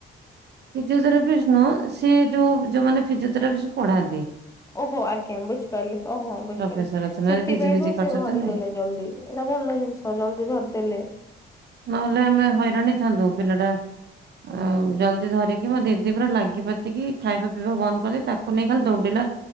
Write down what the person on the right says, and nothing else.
ଫିଜିଓଥେରାପିଷ୍ଟ ନୁହଁ ସେ ଯୋଉ ଯୋଉମାନେ ଫିଜିଓଥେରାପିଷ୍ଟ ପଢ଼ାନ୍ତି।
ପ୍ରଫେସର ଅଛନ୍ତି ନହେଲେ
ପିଜି ଫିଜି
କରିସାରିଛନ୍ତି।
ନହେଲେ ଆମେ ହଇରାଣ ହେଇଥାନ୍ତୁ ପିଲାଟା ଆ ଜଲ୍ଦି ଧରିକି ମୋ ଦିଦି ପୁରା ଲାଗିପାତିକି ଖାଇବା ପିଇବା ବନ୍ଦ କରିକି ତାକୁ ନେଇ ଖାଲି ଦୌଡ଼ିଲା।